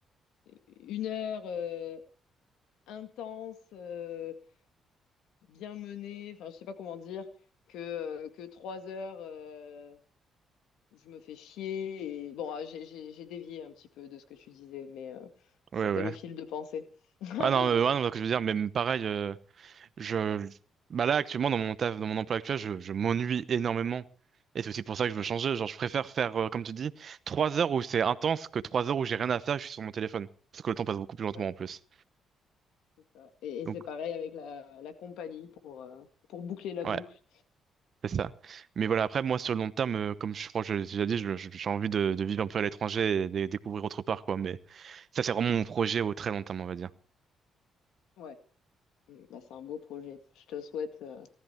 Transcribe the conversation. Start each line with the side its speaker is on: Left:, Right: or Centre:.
Left: une heure euh, intense, euh, bien menée, enfin je sais pas comment dire, que, euh, que trois heures euh, où je me fais chier. Et... Bon, ah, j'ai j'ai- j'ai dévié un petit peu de ce que tu disais, mais euh, c'était
Right: ouais, ouais.
Left: le fil de pensée. <laughs>
Right: Ah non, euh, ouais, non, ce que je veux dire, mais pareil, euh, je, bah là, actuellement, dans mon taf, dans mon emploi actuel, je, je m'ennuie énormément. Et c'est aussi pour ça que je veux changer. Genre, je préfère faire, euh, comme tu dis, trois heures où c'est intense que trois heures où j'ai rien à faire, je suis sur mon téléphone. Parce que le temps passe beaucoup plus lentement
Left: Ouais,
Right: en plus.
Left: c'est ça. Et, et
Right: Donc,
Left: c'est pareil avec la, la compagnie pour, euh, pour boucler la
Right: ouais.
Left: boucle.
Right: C'est ça. Mais voilà, après, moi, sur le long terme, euh, comme je crois que je l'ai déjà dit, je- je- j'ai envie de, de vivre un peu à l'étranger et de découvrir autre part, quoi. Mais ça, c'est vraiment mon projet au très long terme, on va dire.
Left: Ouais, Mm, bah, c'est un beau projet. Je te souhaite, euh,